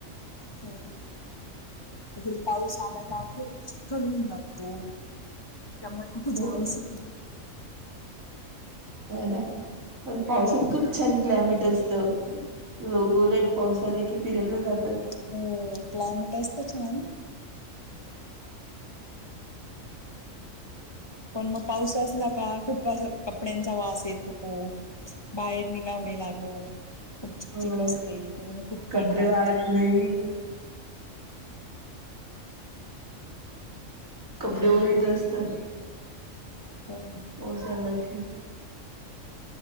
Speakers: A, on the left; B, on the right.
A: हो त पाऊस आला का खूप चिखल होऊन जात. त त्या्हा कठ
B: हो
A: जावस नाही.
B: हो ना पण पावसतक छान क्लायमेट असत लोक उलट पावसाला कि फिरायला जातात.
A: हो क्लायमेट असत छान. पण मग पाऊस असला का खूप असा कपड्यांचा वास येतो बाहेर निघावणे लागत खूप चकचक
B: हो
A: असते त्यामुळे खूप
B: कपडे
A: कंठायच.
B: वाळत नाही. कपडे ओलत असतात.
A: हो ना.
B: हो ला की